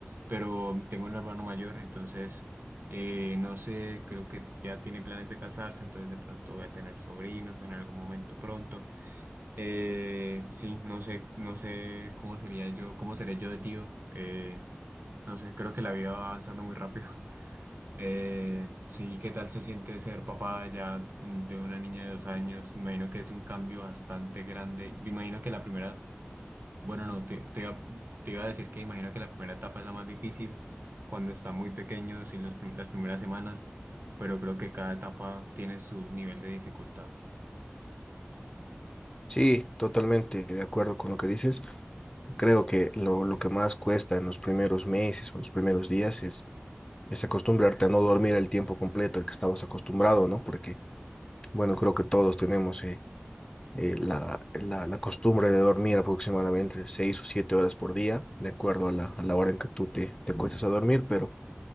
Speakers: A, on the right (about 55°); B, on the left (about 20°).
A: pero tengo un hermano mayor, entonces eh, no sé, creo que ya tiene planes de casarse, entonces de pronto voy a tener sobrinos en algún momento pronto. Eh, sí, no sé, no sé cómo sería yo, cómo seré yo de tío. Eh, no sé, creo que la vida va avanzando muy rápido. Eh, sí, ¿qué tal se siente ser papá ya un- de una niña de dos años? Me imagino que es un cambio bastante grande. Me imagino que la primera, bueno, no, te, te iba, te iba a decir que imagino que la primera etapa es la más difícil cuando están muy pequeños y los prim- las primeras semanas, pero creo que cada etapa tiene su nivel de dificultad.
B: Sí, totalmente de acuerdo con lo que dices. Creo que lo, lo que más cuesta en los primeros meses o los primeros días es, es acostumbrarte a no dormir el tiempo completo al que estabas acostumbrado, ¿no? Porque, bueno, creo que todos tenemos eh, eh, la, la, la costumbre de dormir aproximadamente seis o siete horas por día, de acuerdo a la, a la hora en que tú te, te acuestas a dormir, pero